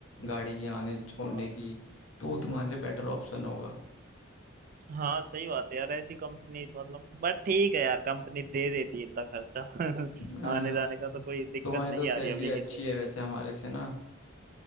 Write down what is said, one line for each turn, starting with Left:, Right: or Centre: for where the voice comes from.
Left: गाड़ी की आने छोड़ने
Right: हाँ
Left: की तो वो तुम्हारे लिए बेटर ऑप्शन होगा
Right: हाँ सही बात है यार ऐसी कंपनी मतलब बट ठीक है यार कंपनी दे देती है इतना खर्चा
Left: अ,
Right: <laughs> आने जाने का तो कोई दिक्कत
Left: तुम्हारी
Right: नहीं
Left: तो सैलरी
Right: आ रही अभी
Left: अच्छी
Right: के लिए तो
Left: है वैसे हमारे से ना